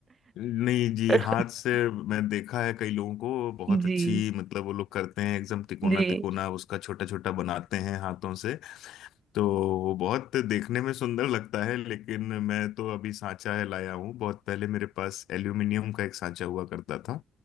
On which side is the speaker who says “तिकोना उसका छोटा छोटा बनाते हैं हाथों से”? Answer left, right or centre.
Left